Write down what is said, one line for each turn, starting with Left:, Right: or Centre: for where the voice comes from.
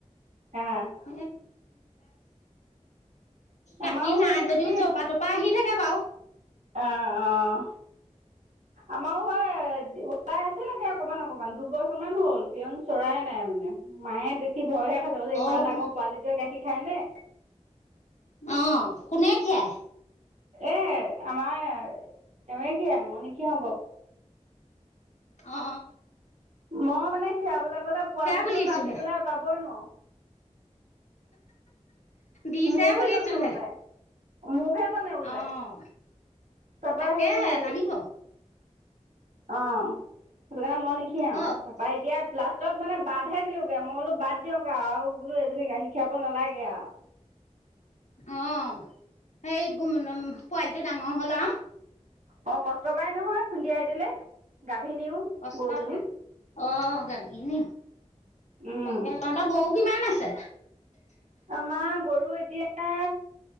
Right: অঁ।
Left: <unintelligible>
Right: আমাৰো
Left: গাখীৰ নাই
Right: সেই এইটো
Left: যদিও
Right: কি
Left: জপা তপা আহি থাকে বাাৰু।
Right: অঁ' অঁ' আমাৰো সেই <unintelligible> আচিলেগে অকমান অকমান, দুবছৰমান হ'ল পিয়ন চৰায়ে নাই মানে মায়ে দে খি ভয়হে খাইছে কৈছে ইমান
Left: অ',
Right: ডাঙৰ পোৱালিটোৱে গাখীৰ খায়নে।
Left: অঁ' কোনে খীৰাই?
Right: এ আমাৰ এৱেই খিৰাই মই নিখিৰাও বাৰু।
Left: অঁ।
Right: মই মানে খীৰাবলৈ গ'লে পোৱালিটো
Left: বুলিছোহে
Right: টানি পেলাই আঁতৰাবই নোৱাৰোঁ।
Left: দিছে
Right: মোক হে
Left: বুলিছোহে
Right: তানে ওলোটাই। মোক হে তানে ওলোটাই।
Left: অ',
Right: তাপা
Left: তাকে
Right: হেৰি-
Left: টানিব
Right: অঁ' সেইটো কাৰণে মই নিখিৰাও।
Left: ক
Right: তাপা এতিয়া- ত'ত মানে বাদহে দিলোগে, মই বোলো বাদ দিয়ক আৰু বোলো এইজনী গাখীৰ খীৰাব নালাগে আৰু।
Left: অঁ' সেই পোৱালিটো ডাঙৰ হ'ল আও।
Right: অ, কষ্ট পাই নহয় খুন্দিয়াই দিলে, গাভিনীও।
Left: কষ্ট
Right: গৰুজনী
Left: পায়, অঁ' গাভিনীও।
Right: উম,
Left: তাকে, তহঁতৰ গৰু কিমান আছে?
Right: আমাৰ গৰু এতিয়া।